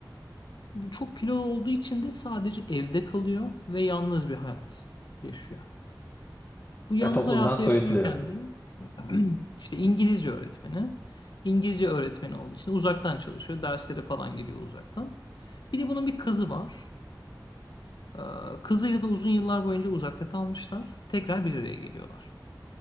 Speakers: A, on the left; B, on the left.
A: Çok kilolu olduğu için de sadece evde kalıyor ve yalnız bir hayat yaşıyor. Bu yalnız
B: E, toplumdan
A: hayatı
B: soyutluyor.
A: yaşarken de <clears throat> işte İngilizce öğretmeni. İngilizce öğretmeni olduğu için uzaktan çalışıyor. Derslere falan giriyor uzaktan. Bir de bunun bir kızı var. Ee, Kızıyla da uzun yıllar boyunca uzakta kalmışlar. Tekrar bir araya geliyorlar.